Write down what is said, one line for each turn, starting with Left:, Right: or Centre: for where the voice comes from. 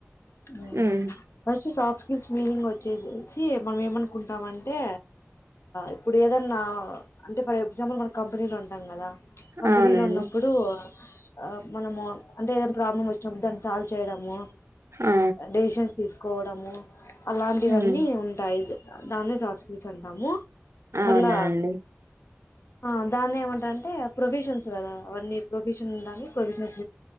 Left: ము
Right: ఉమ్
Left: అజ్ సాఫ్ట్ స్కిల్స్ మీనింగ్ వచ్చేసేసి మనం ఏమనుకుంటాం అంటే ఇప్పుడు ఏదన్నా అంటే ఫర్ ఎగ్జాంపుల్ మన కంపెనీలో ఉంటాం కదా. కంపెనీలో
Right: అవునండి
Left: ఉన్నప్పుడు ఆ మనము అంటే ఏదైనా ప్రాబ్లం వచ్చినప్పుడు దాన్ని సాల్వ్ చేయడము.
Right: ఆ
Left: డెసన్ తీసుకోవడము అలాంటి
Right: ఉమ్
Left: వన్నీ ఉంటాయిజ్ దాన్నే సాఫ్స్ స్కిల్స్ అం రాము
Right: అవునా
Left: మల్లా
Right: అండి
Left: ఆ దాన్ని ఏమంటారంటే ప్రొవిషన్స్ కదా అవన్నీ ప్రొవిషన్ దాన్ని ప్రొవిషన్స్